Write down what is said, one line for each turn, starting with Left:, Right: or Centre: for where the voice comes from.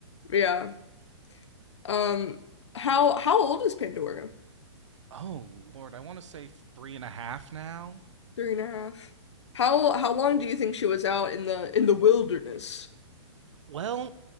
Left: Yeah. Um, how how old is Pandora?
Right: Oh, Lord, I want to say three and a half now.
Left: Three and a half. How how long do you think she was out in the in the wilderness?
Right: Well,